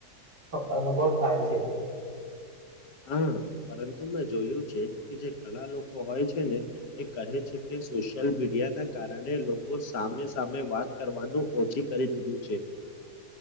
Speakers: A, on the right; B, on the left.
A: અનુભવ થાય છે.
B: હા પરંતુ મેં જોયું છે કે જે ઘણા લોકો હોય છે ને એ કહે છે કે સોશિયલ મીડિયા ના કારણે લોકો સામે સામે વાત કરવાનું ઓછી કરી દીધું છે